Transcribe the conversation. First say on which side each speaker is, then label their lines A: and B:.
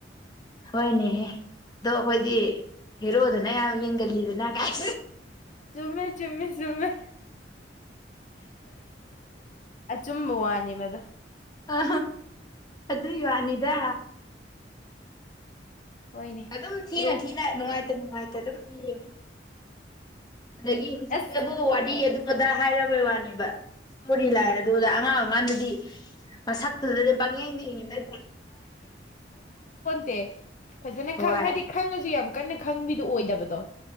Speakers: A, on the left; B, on the left.
A: ꯍꯣꯏꯅꯦꯍꯦ ꯑꯗꯣ ꯑꯩꯈꯣꯏꯗꯤ ꯍꯦꯔꯣꯗꯅ ꯌꯥꯝ ꯌꯦꯡꯒꯜꯂꯤꯗꯅ ꯀꯥꯏ
B: ꯆꯨꯝꯃꯦ ꯆꯨꯝꯃꯦ ꯆꯨꯝꯃꯦ ꯑꯆꯨꯝꯕ ꯋꯥꯅꯤ ꯃꯗꯨ
A: ꯑ ꯑꯗꯨ ꯋꯥꯅꯤꯗ
B: ꯍꯣꯏꯅꯦ
A: ꯑꯗꯨꯝ ꯊꯅ
B: ꯍꯦꯔꯣ
A: ꯊꯅꯅꯨꯡ ꯉꯥꯏꯇꯦ ꯑꯗꯨꯝ ꯌꯦꯡꯧ ꯑꯗꯒꯤ ꯍꯧꯖꯤꯛꯇꯕꯨ
B: ꯑꯁ
A: ꯋꯥꯔꯤ ꯑꯗꯨꯝ ꯑꯣꯗ ꯍꯥꯏꯔꯕꯩ ꯋꯥꯅꯦꯕ ꯇꯣꯔꯤ ꯂꯅ ꯑꯗꯨꯗ ꯀꯥꯟꯗꯗꯤ ꯃꯁꯛꯇꯨꯗꯅꯦ ꯄꯥꯡꯌꯦꯡ ꯌꯦꯡꯉꯤꯗ
B: ꯇꯦ ꯐꯖꯅ
A: ꯍꯣꯏ
B: ꯈꯡ ꯍꯥꯏꯗꯤ ꯈꯡꯉꯁꯨ ꯌꯥꯝ ꯀꯟꯅ ꯈꯡꯕꯤꯗꯨ ꯑꯣꯏꯗꯕꯗꯣ